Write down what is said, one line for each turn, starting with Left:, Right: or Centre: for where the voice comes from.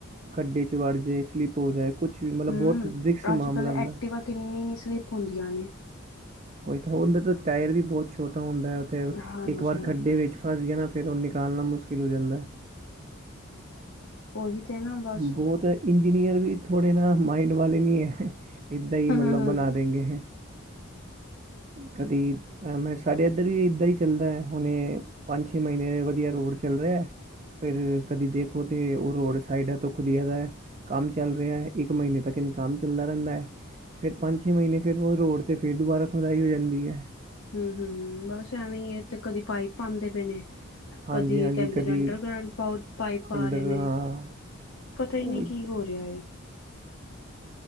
Right: ਖੱਡੇ ਚ ਵੜ ਜੇ, ਸਲਿੱਪ ਹੋ ਜਾਏ ਕੁਛ ਵੀ ਮਤਲਬ
Left: ਹੂੰ
Right: ਬੋਤ ਰਿਕਸੀ ਮਾਮਲਾ
Left: ਅੱਜ ਕੱਲ ਐਕਟਿਵਾ
Right: ਹੁੰਦਾ।
Left: ਕਿੰਨੀ ਸਲਿੱਪ ਹੁੰਦੀਆਂ ਨੇ।
Right: ੳਈ ਤਾਂ ੳਦਾ ਤਾਂ ਟੈਰ ਵੀ ਬੋਤ ਛੋਟਾ ਹੁੰਦਾ ਏ, ੳ ਤੇ
Left: ਹਾਂਜੀ
Right: ਇੱਕ ਵਾਰ ਖੱਡੇ ਵਿੱਚ ਫਸ ਗਿਆ ਨਾ ਫੇਰ ੳ ਨਿਕਾਲਨਾ ਮੁਸ਼ਕਿਲ ਹੋ ਜਾਂਦਾ।
Left: ੳਹੀ ਤੇ ਨਾ ਬਸ
Right: ਬੋਤ ਇੰਜੀਨੀਅਰ ਵੀ ਥੋੜੇ ਨਾ ਮਾਈੰਡ ਵਾਲੇ ਨੀ ਹੈ। ਏਦਾਂ ਈ
Left: ਹੂੰ
Right: ਮਤਲਬ
Left: ਹੂੰ ਹੂੰ
Right: ਬਨਾ ਦੇਂਗੇ, ਕਦੀ ਅ ਮੈਂ ਸਾਡੇ ਏਧਰ ਵੀ ਇਦਾਂ ਈ ਚੱਲਦਾ ਏ। ਹੁਨੇ ਪੰਜ-ਛੇ ਮਹੀਨੇ ਵਧੀਆ ਰੋੜ ਚੱਲ ਰੈਆ ਏ ਫੇਰ ਕਦੀ ਦੇਖੋ ਤੇ ੳ ਰੋੜ ਸਾਈਡਾਂ ਤੋ ਖੁਦੀਆ ਦਾ, ਕੰਮ ਚੱਲ ਰੇਆ ਏ, ਇੱਕ ਮੀਨੇ ਤਿਕਨ ਕੰਮ ਚੱਲਦਾ ਰੈੰਦਾ ਏ ਫੇਰ ਪੰਜ- ਛੇ, ਮੀਨੇ ਫੇਰ ੳ ਰੋਡ ਤੇ ਫੇਰ ਦੁਬਾਰਾ ਖੁਦਾਈ ਹੋ ਜਾਂਦੀ ਏ।
Left: ਹੂੰ ਹੂੰ ਹੂੰ ਬਸ ਐਵੇਂ ਈ ਏ ਏਥੇ, ਕਦੀ ਪਾਈਪ ਪਾਂਦੇ ਪਏ ਨੇ
Right: ਹਾਂਜੀ
Left: ਕਦੀ
Right: ਹਾਂਜੀ
Left: ਕੈੰਦੇ
Right: ਕਦੀ
Left: ਨੇ ਅੰਡਰਗ੍ਰਉਂਡ ਪੋ ਪਾਈਪ ਪਾ
Right: ਅੰਡਰ
Left: ਰਏ ਨੇ।
Right: ਹਾਂ
Left: ਪਤਾ ਈ
Right: ਉਹੀ
Left: ਨੀ ਕੀ ਹੋ ਰਿਆ ਏ।